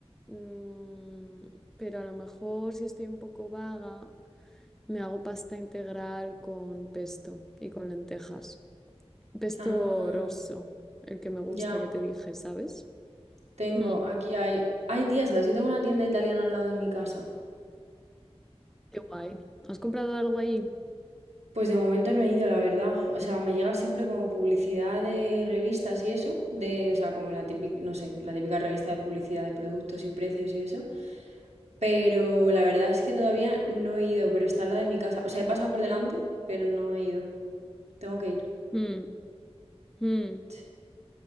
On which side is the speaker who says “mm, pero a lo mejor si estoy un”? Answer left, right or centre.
Centre